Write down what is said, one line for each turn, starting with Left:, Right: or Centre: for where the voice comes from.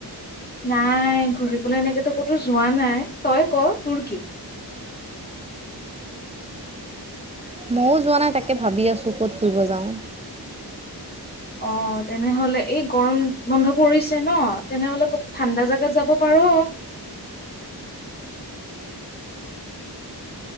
Left: নাই ঘূৰিবলৈ এনেকেটো ক'তো যোৱা নাই তই ক' তোৰ কি?
Right: ময়ো যোৱা নাই তাকে ভাবি আছোঁ ক'ত ফুৰিব যাওঁ।
Left: অ', তেনেহ'লে এই গৰম বন্ধ পৰিছে ন' তেনেহ'লে ক ঠাণ্ডা জাগাত যাব পাৰ'।